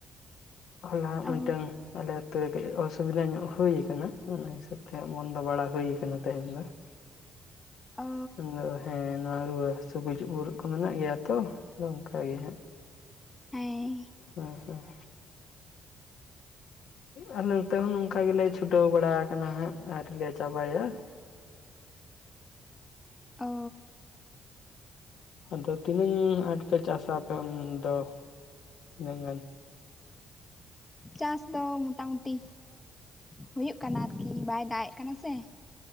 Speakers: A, on the left; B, on the left.
A: ᱦᱚᱞᱟ ᱢᱮᱱᱴᱟᱹᱝ
B: ᱚ
A: ᱟᱞᱮ ᱟᱛᱩᱨ ᱨᱮ ᱠᱟᱹᱡ ᱚᱥᱩᱵᱤᱫᱟ ᱧᱚᱜ ᱦᱩᱭ ᱟᱠᱟᱱᱟ ᱚᱱᱟ ᱦᱤᱥᱟᱹᱵᱽ ᱛᱮ ᱦᱟᱸᱜ ᱵᱚᱱᱫᱚ ᱵᱟᱲᱟ ᱦᱩᱭ ᱟᱠᱟᱱᱟ ᱛᱮᱦᱮᱱ ᱫᱚ ᱾
B: ᱚ
A: ᱦᱮᱸ ᱾ ᱚᱱᱟ ᱨᱩᱣᱟᱹ ᱦᱟᱹᱥᱩ ᱜᱩᱡᱩᱜ ᱜᱩᱨᱩᱜ ᱠᱚ ᱢᱮᱱᱟᱜ ᱜᱮᱭᱟ ᱛᱚ ᱟᱫᱚ ᱚᱱᱠᱟᱜᱮ ᱦᱟᱸᱟᱜ ᱾
B: ᱮᱭ ᱾
A: ᱦᱮᱸ ᱦᱮᱸ ᱾ ᱟᱞᱮ ᱱᱚᱛᱮ ᱦᱚᱸ ᱱᱚᱝᱠᱟ ᱜᱮᱞᱮ ᱪᱷᱩᱴᱟᱹᱣ ᱵᱟᱲᱟ ᱟᱠᱟᱱᱟᱟᱱᱟ ᱦᱟᱸᱜ ᱟᱣᱨᱤ ᱞᱮ ᱪᱟᱵᱟᱭᱟ ᱾
B: ᱚ ᱾
A: ᱦᱮᱸ ᱟᱫᱚ ᱛᱤᱱᱟᱹᱝ ᱟᱴ ᱯᱮ ᱪᱟᱥᱟ ᱟᱯᱮ ᱩᱱ ᱫᱚ? <inaudible>
B: ᱪᱟᱥ ᱫᱚ ᱢᱚᱴᱟᱢᱩᱴᱤ ᱦᱩᱭᱩᱜ ᱠᱟᱱᱟ ᱟᱨᱠᱤ ᱵᱟᱭ ᱫᱟᱜ ᱮᱫ ᱠᱟᱱᱟ ᱥᱮ ᱾